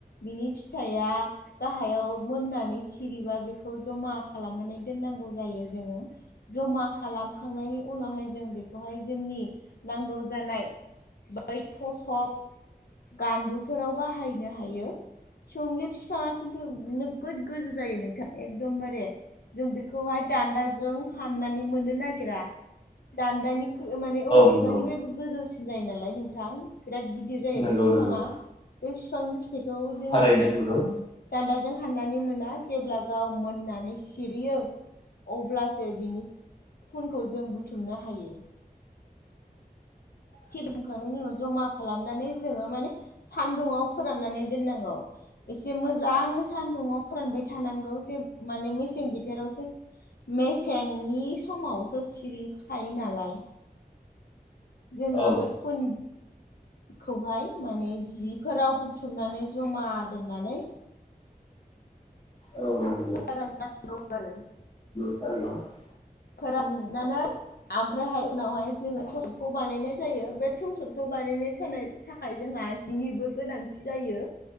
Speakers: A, on the left; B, on the left.
A: बिनि फिथाइया गाहायाव मोननानै सिरिबा बेखौ जमा खालामनानै दोननांगौ जायो जोङो जमा खालामखांनायनि उनावहाय जों बेखौहाय जोंनि नांगौ जानाय बै थसप गान्दुफोराव बाहायनो हायो। सोमलि फिफाङा खिन्थु नोगोद गोजौ जायो नोंथां एखदमबारे जों बेखौहाय दान्दाजों हाननानै मोननो नागिरा। दान्दानि माने औवा बिफांनिफ्रायबो
B: नंगौ
A: गोजौसिन जायो नालाय नोंथां बिराद गिद दिर जायो
B: नंगौ
A: बे फिफाङा
B: नंगौ
A: बे फिफांनि फिथाइखौ जोङो
B: थारैनो नंगौ
A: दान्दाजों हाननानै मोना जेब्ला गाव मोननानै सिरियो अब्लासो बिनि खुनखौ जों बुथुमनो हायो। थि <unintelligible> खांनायनि उनाव जमा खालामनानै जोङो माने सान्दुङाव फोराननानै दोननांगौ। इसे मोजाङै सान्दुङाव फोरानबाय थानांगौ जे माने मेसें बिथोरावसो मेसेंनि समावसो सिरिखायो नालाय। जोङो
B: औ
A: बे खुन खौहाय माने जिफोराव बुथुमनानै जमा दोननानै
B: औ नंगौ
A: फोरान नांगौ आरो।
B: <unintelligible>
A: फोराननानै आमफ्रायहाय उनावहाय जोङो थसपखौ बानायनाय जायो बे थसपखौ बानायनाय होनो थाखाय जोंहा जिनिबो गोनांथि जायो।